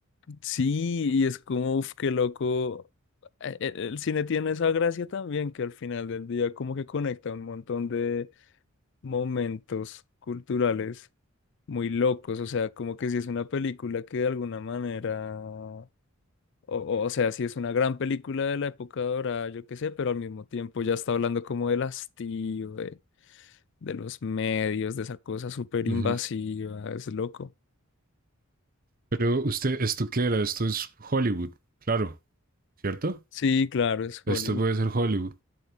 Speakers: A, on the left; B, on the right.
A: Sí, y es como, uff, qué loco. E- e- El cine tiene esa gracia también que al final del día como que conecta un montón de, momentos culturales muy locos, o sea, como que si es una película que de alguna manera, o, o o sea, si es una gran película de la época dorada, yo qué sé, pero al mismo tiempo ya está hablando como del hastío, de, de los medios, de esa cosa súper invasiva,
B: Ujú.
A: es loco.
B: Pero usted, ¿esto qué era? Esto es Hollywood, claro, ¿cierto?
A: Sí, claro, es Hollywood.
B: Esto puede ser Hollywood.